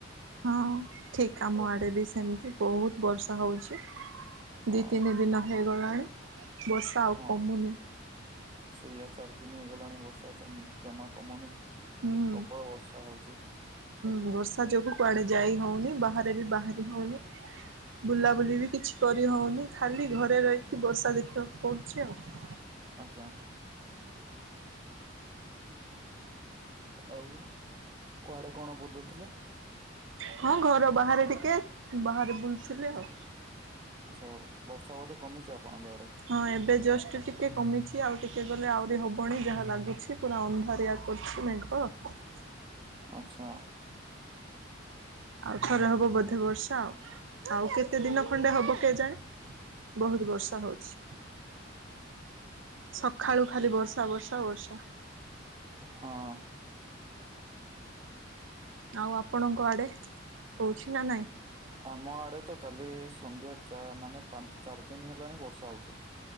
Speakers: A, on the right (about 75°); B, on the right (about 25°).
A: ହଁ ଠିକ୍ ଆମ
B: ପ୍ରବ
A: ଆଡ଼େ ବି ସେମିତି ବହୁତ ବର୍ଷା ହଉଚି।
B: ହଁ
A: ଦି ତିନି ଦିନ ହେଇଗଲାଣି ବର୍ଷା ଆଉ
B: ହଁ
A: କମୁନି।
B: ସେଇଆ ଚାରି ଦିନ ହେଇଗଲାଣି ବର୍ଷା ଜ ଜମା କମୁନି
A: ହୁଁ
B: ପ୍ରବଳ ବର୍ଷା ହଉଚି।
A: ହୁଁ ବର୍ଷା ଯୋଗୁ କୁଆଡେ ଯାଇ ହଉନି ବାହାରେ ବି ବାହାରି ହଉନି। ବୁଲାବୁଲି
B: ହୁଁ
A: ବି କିଛି କରିହଉନି ଖାଲି ଘରେ ରହିକି ବର୍ଷା ଦେଖିବାକୁ ପଡୁଚି ଆଉ।
B: ଆଜ୍ଞା। ଆଉ କୁଆଡେ କଣ ବୁଲୁଥିଲେ।
A: ହଁ ଘର ବାହାରେ ଟିକେ ବାହାରେ ବୁଲୁଥିଲି ଆଉ।
B: ଆଛ ହଉ ବର୍ଷା ବୋଧେ କମିଛି ଆପଣଙ୍କ ଆଡେ।
A: ହଁ ଏବେ ଜଷ୍ଟ ଟିକେ କମିଛି ଆଉ ଟିକେ ଗଲେ ଆହୁରି ହବଣି ଯାହା ଲାଗୁଛି ପୁରା ଅନ୍ଧାରିଆ କରୁଚି ମେଘ। <unintelligible>
B: ଆଛା।
A: ଆଉ ଥରେ ହବ ବୋଧେ ବର୍ଷା ଆଉ। ଆଉ କେତେ ଦିନ ଖଣ୍ଡେ ହବ କେଜାଣି ବହୁତ ବର୍ଷା ହଉଚି। ସକାଳୁ ଖାଲି ବର୍ଷା ବର୍ଷା ବର୍ଷା।
B: ହଁ।
A: ଆଉ ଆପଣଙ୍କ ଆଡ଼େ ହେଉଚି ନା ନାଇଁ।
B: ଆମ ଆଡେ ତ କାଲି ସନ୍ଧ୍ୟା ଚା ମାନେ ପାଞ୍ଚ ଚାରି ଦିନି ହେଲାଣି ବର୍ଷା ହଉଚି।